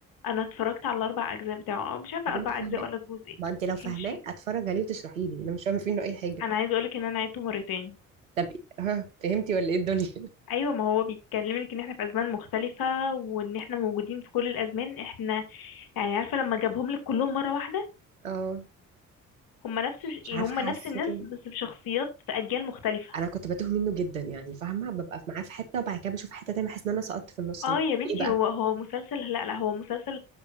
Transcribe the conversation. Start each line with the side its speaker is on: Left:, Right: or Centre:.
Left: انا اتفرجت على الاربع اجزاء بتاعه أو
Right: <laughs>
Left: مش عارفه
Right: طب
Left: اربع
Right: انت فاهماه
Left: اجزاء ولا جزء
Right: ما انت لو فاهماه
Left: ايه مش فاهمه
Right: اتفرج عليه وتشرحي لي انا مش فاهمه فيه انه اي حاجه
Left: انا عايزه اقول لك ان انا عيدته مرتين
Right: طب ها فهمتي ولا ايه الدنيا <laughs>
Left: ايوه ما هو بيتكلمك ان احنا في ازمان مختلفه وان احنا موجودين في كل الازمان احنا يعني عارفه لما جابهم لك كلهم مره واحده
Right: اه
Left: هم نفس
Right: مش عارفه
Left: هم
Right: حسيت
Left: نفس الناس بس بشخصيات في اجيال مختلفه
Right: انا كنت بتوه منه جدا يعني فاهمه ببقى معاه في حته وبعد كده بشوف حته تانية بحس ان انا سقطت في النص
Left: اه
Right: لا
Left: يا بنتي
Right: ايه بقى
Left: هو هو مسلسل لا لا هو مسلسل